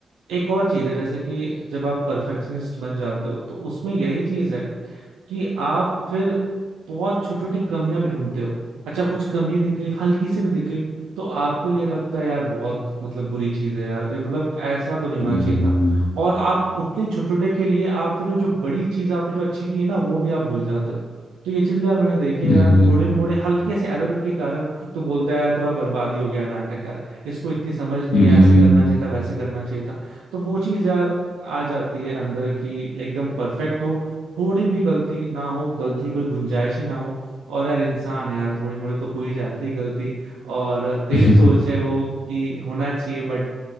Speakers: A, on the right; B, on the left.
A: एक और चीज है जैसे कि जब आप परफेक्शनिस्ट बन जाते हो तो उसमें यही चीज है कि आप फिर बहुत छोटी छोटी कमियां भी ढूंढते हो अच्छा कुछ कमी दिख गई हल्की से भी दिख गई तो आपको ये लगता है यार बहुत मतलब बुरी चीज है यार ये मतलब ऐसा तो नहीं होना
B: हम्म,
A: चाहिए था और आप उतने छोटे छोटे के लिए आप फिर वो जो बड़ी चीज आपने जो अच्छी की है ना वो भी आप भूल जाते हो तो ये चीज भी यार मैंने देखी है
B: हम्म
A: यार थोड़े मोड़े हल्के से एरर के कारण तो बोलता है यार पूरा बर्बादी हो गया नाटक यार इसको इतनी समझ नहीं
B: हम्म
A: है ऐसे करना चाहिए था वैसे करना चाहिए था तो वो चीज यार आ जाती है अंदर की एकदम परफेक्ट हो थोड़ी भी गलती ना हो गलती की कोई गुंजाइश ही ना हो और यार इंसान है यार थोड़ी मोड़ी तो हो ही जाती है गलती और तेरी
B: हम्म,
A: सोच है वो कि होना चाहिए बट